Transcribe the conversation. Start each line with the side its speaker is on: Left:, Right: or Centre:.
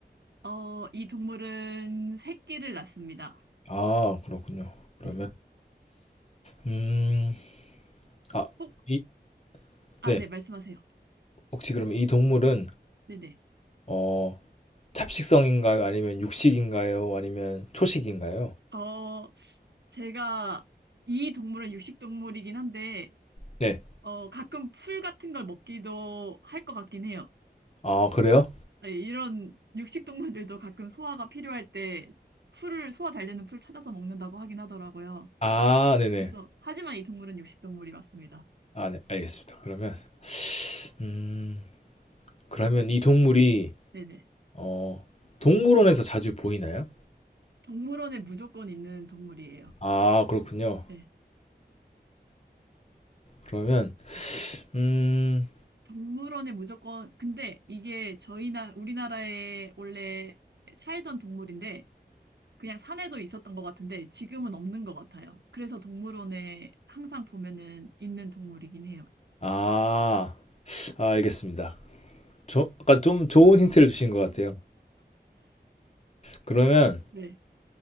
Right: 어, 이 동물은 새끼를 낳습니다.
Left: 아, 그렇군요. 그러면
Right: 네.
Left: 음, 아,
Right: 혹,
Left: 이,
Right: 아,
Left: 네.
Right: 네, 말씀하세요.
Left: 혹시 그럼 이 동물은
Right: 네네.
Left: 어, 잡식성인가요? 아니면 육식인가요? 아니면 초식인가요?
Right: 어, 제가 이 동물은 육식 동물이긴 한데,
Left: 네.
Right: 어, 가끔 풀 같은 걸 먹기도 할 것 같긴 해요.
Left: 아, 그래요?
Right: 네, 이런 육식 동물들도 가끔 소화가 필요할 때 풀을, 소화 잘 되는 풀 찾아서 먹는다고 하긴 하더라고요.
Left: 아, 네네.
Right: 그래서, 하지만 이 동물은 육식 동물이 맞습니다.
Left: 아, 네. 알겠습니다. 그러면 음, 그러면 이 동물이
Right: 네네.
Left: 어, 동물원에서 자주 보이나요?
Right: 동물원에 무조건 있는 동물이에요.
Left: 아, 그렇군요.
Right: 네.
Left: 그러면 음,
Right: 동물원에 무조건, 근데 이게 저희 나, 우리나라에 원래 살던 동물인데, 그냥 산에도 있었던 것 같은데, 지금은 없는 것 같아요. 그래서 동물원에 항상 보면은 있는 동물이긴 해요.
Left: 아, 아, 알겠습니다. 저, 아까 좀 좋은 힌트를 주신 것 같아요. 그러면
Right: 네.